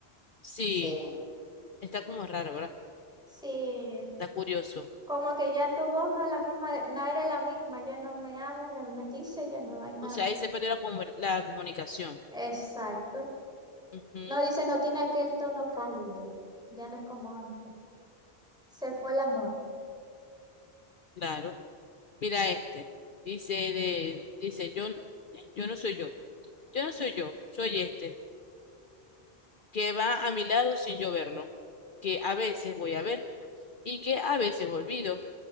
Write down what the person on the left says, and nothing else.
Sí,
está como raro, ¿verdad?
Está curioso.
O sea, ahí se perdió la, comu- la comunicación.
Ujú,
claro. Mira este. Dice de, dice, yo, yo no soy yo. Yo no soy yo, soy este, que va a mi lado sin yo verlo, que a veces voy a ver y que a veces olvido,